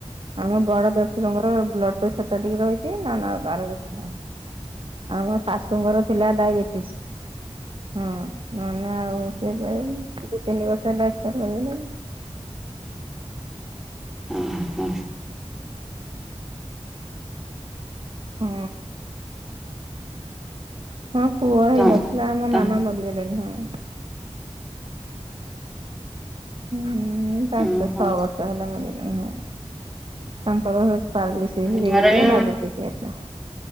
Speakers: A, on the right; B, in the centre.
A: ଆମ ବଡ ଦେଢଶୁରଙ୍କର ବ୍ଲଡ ପ୍ରେସର ଟା ଟିକେ ରହିଚି ନା ନା ଆଉ କାହାର କିଛି ନାହିଁ। ଆମ ଶାଶୁଙ୍କର ଥିଲା ଡାଇବେଟିସ୍ ହଁ। ନନା ଆଉ ସିଏ <unintelligible> ଦି ତିନି ବର୍ଷ ହେଲା ଏକ୍ସପାଡ୍ କରିଗଲେଣି।
B: ଅଁ ହଁ।
A: ହଁ। ହଁ ପୁଅ ହେଇନଥିଲା
B: ତ
A: ଆମ
B: ତ
A: ମାମା ମରିଗଲେଣି ହଁ। ହୁଁ ପାଞ୍ଚ
B: ଓହୋ।
A: ଛଅ ବର୍ଷ ହେଲା ମରିଗଲେଣି ହଁ ତାଙ୍କର ପାରାଲିସିସ୍
B: ଆମର
A: ହେଇଯାଇଥିଲା
B: ବି
A: ଡାଇବେଟିସ୍ ହେଇଯାଇଥିଲା।